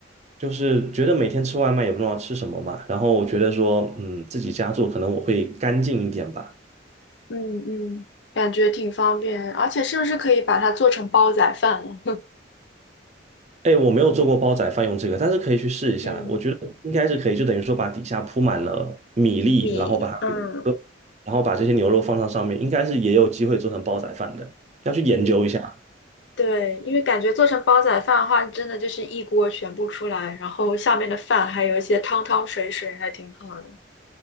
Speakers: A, on the right; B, on the left.
A: 就是觉得每天吃外卖也不知道吃什么嘛，然后我觉得说，嗯，自己家做可能我会干净一点吧。
B: 嗯嗯，感觉挺方便，而且是不是可以把它做成煲仔饭了？
A: 哎，我没有做过煲仔饭用这个，但是可以去试一下，
B: <laughs> 嗯
A: 我觉得应该是可以，就等于说把底下铺满了米粒，
B: 米，
A: 然后把它给炖
B: 嗯
A: 然后把这些牛肉放到上面，应该是也有机会做成煲仔饭的，要去研究一下。
B: 嗯，对，因为感觉做成煲仔饭的话，真的就是一锅全部出来，然后下面的饭还有一些汤汤水水，还挺好的。